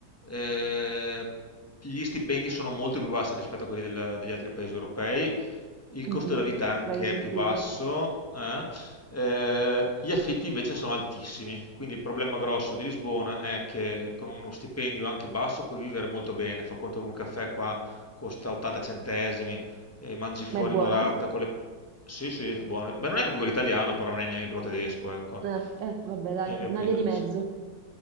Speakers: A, on the left; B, on the right.
A: Eh, gli stipendi sono molto più bassi rispetto a quelli del- degli altri paesi europei, il
B: Mhm,
A: costo della vita anche
B: l'avevo sentito.
A: è più basso, eh? Eh, gli affitti invece sono altissimi, quindi il problema grosso di Lisbona è che con uno stipendio anche basso puoi vivere molto bene, fa conto che un caffè qua costa 80 centesimi, e mangi fuori
B: Ma è buono?
A: un'orata con le... Sì, sì, buono. Beh, non è come quello italiano, però non è neanche quello tedesco, ecco.
B: Eh, eh, vabbè dai,
A: Hai capito?
B: una via di mezzo.